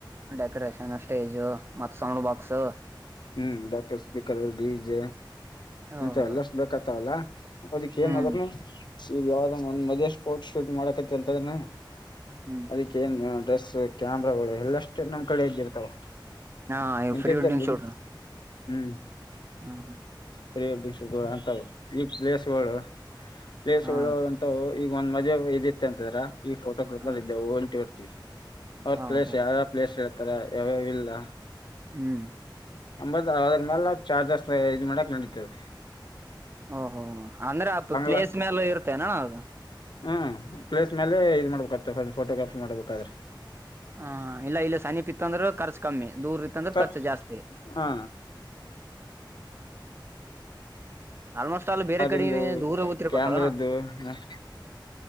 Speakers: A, on the right (about 30°); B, on the left (about 65°).
A: ಡೆಕೋರೇಷನ್ ಸ್ಟೇಜು ಮತ್ ಸೌಂಡ್ ಬಾಕ್ಸ್
B: ಹ್ಮ್ ಡಾಕ್ಟರ್ ಸ್ಪೀಕರ್ ರೆಡ್ಡಿಜ ಇಂತ
A: ಓಹೋ
B: ಎಲ್ಲಷ್ಟು ಬೇಕತ್ತಾವಲ್ಲ ಅದಿಕ್
A: ಹ್ಮ್
B: ಏನಾದ್ನು ಈಗ ಯಾವ್ದ ಒಂದ್ ಮದುವೆ ಫೋಟೋ ಶೂಟ್ ಮಾಡಕತ್ತ ಅಂತದ್ರ
A: ಹ್ಮ್
B: ಅದಕ್ಕ ಏನ್ ಡ್ರೆಸ್ ಬಸು ಕ್ಯಾಮ್ರಾಗಳು ಎಲ್ಲಷ್ಟು ನಮ್ ಕಡೆ ಇದ್ದಿರ್ತಾವ.
A: ಹಾ,
B: ಇಂತಿಂತ
A: ಫ್ರೀ ವೆಡ್ಡಿಂಗ್
B: ಬಿಡ್
A: ಶೂಟ್.
B: ಹ್ಮ್,,,
A: ಹ್ಮ ಹಾ <inaudible>
B: ಸರಿಗಳು ಅಂತವು ಈ ಪ್ಲೇಸ್ಗಳು ಪ್ಲೇಸ್ಗಳು
A: ಹಾ
B: ಅಂತವು <unintelligible> ಈಗ ಒಂದ್ ಮದುವೆ ಇತ್ತ ಅಂತದ್ರ ಈ ಫೋಟೋಗ್ರೂಪರ್
A: ಹ
B: ಇದೆವು ಹೊಲ್ಟಿ ಬರ್ತವಿ. ಅವ್ರ
A: ಹ
B: ಪ್ಲೇಸ್
A: ರೈಟ್
B: ಯಾವ್ಯಾವ ಪ್ಲೇಸ್ ಹೇಳ್ತಾರ ಯಾವ್ಯಾವಿಲ್ಲ.
A: ಹ್ಮ್,
B: ಅಂಬತ್ದ್ರ ಮೇಲೆ ಚಾರ್ಜಸ್ ಇದು ಮಾಡಕ್ ನಡೀತೇದ.
A: ಓಹೋ, ಅಂದ್ರೆ ಆ ಪ್ಲೇಸ್
B: ಲಾಂಗ್
A: ಮೇಲೆ ಇರ್ತೇನಣ್ಣ ಅದು.
B: ಹ್ಮ್, ಪ್ಲೇಸ್ ಮೇಲೆ ಇದ ಮಾಡ್ಬೇಕಾಗತ ಅಕಡಿ ಫೋಟೋಗ್ರಾಫಿರ್ ಮಾಡ್ಬೇಕಾದ್ರೆ,
A: ಹಾ, ಇಲ್ಲ, ಇಲ್ಲೆ ಸಮಿ ಪಿತ್ತ ಅಂದ್ರರು ಖರ್ಚು ಕಮ್ಮಿ. ದೂರ ಇತ್ತಂದ್ರ
B: ಕಟ್
A: ಖರ್ಚು ಜಾಸ್ತಿ.
B: ಹಾ
A: ಆಲ್ಮೋಸ್ಟ್ ಆಲ್ ಬೇರೆ ಕಡೆ
B: ಂದು
A: ದೂರ ಓತಿರ್ಬೇಕಲ್ಲಣ
B: ಕ್ಯಾಮ್ರದ್ದು <unintelligible>